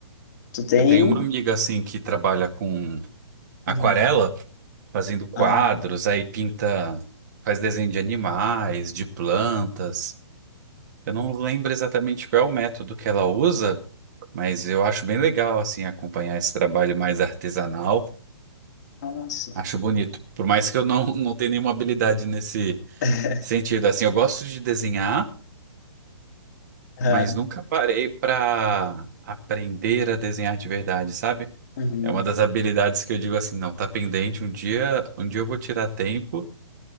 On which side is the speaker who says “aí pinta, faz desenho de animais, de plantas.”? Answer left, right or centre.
Right